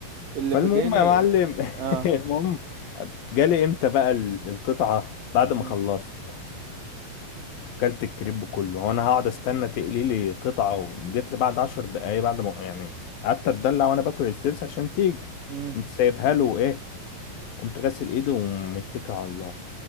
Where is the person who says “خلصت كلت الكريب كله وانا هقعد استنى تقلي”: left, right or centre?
Left